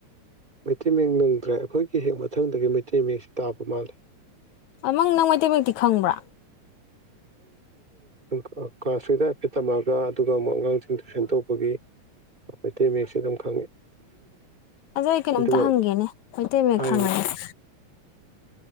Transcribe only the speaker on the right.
ꯃꯩꯇꯩ ꯃꯌꯦꯛ ꯅꯪꯗ꯭ꯔꯦ ꯑꯈꯣꯏꯒꯤ ꯍꯦꯛ ꯃꯊꯪꯗꯒꯤ ꯃꯩꯇꯩ ꯃꯌꯦꯛꯁꯦ ꯇꯥꯕ ꯃꯥꯜꯂꯤ
ꯑꯣ ꯀꯥ ꯁꯤꯗ ꯄꯤꯇꯝꯕ꯭ꯔꯥꯗ ꯑꯗꯨꯒ ꯑꯃꯨꯛ ꯑꯉꯥꯡ ꯇꯨꯏꯁꯟ ꯇꯧꯕꯒꯤ ꯃꯩꯇꯩ ꯃꯌꯦꯛꯁꯦ ꯑꯗꯨꯝ ꯈꯪꯉꯤ
ꯑꯗꯨꯒ
ꯍꯥꯏꯔꯤꯅꯤ